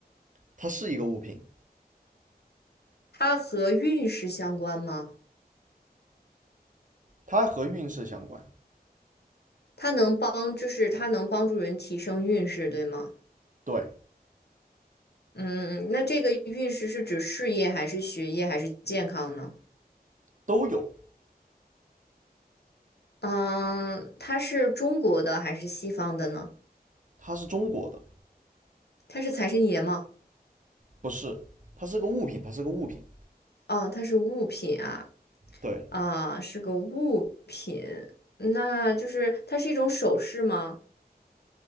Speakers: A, on the right (about 50°); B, on the left (about 80°).
A: 它是一个物品，
B: 它和运势相关吗？
A: 它和运势相关，
B: 它能帮，就是它能帮助人提升运势，对吗？
A: 对，
B: 嗯，那这个运势是指事业还是学业还是健康呢？
A: 都有。
B: 嗯，它是中国的还是西方的呢？
A: 它是中国的，
B: 它是财神爷吗？
A: 不是，它是个物品，它是个物品，
B: 哦，它是物品啊，
A: 对，
B: 啊，是个物品，那就是它是一种首饰吗？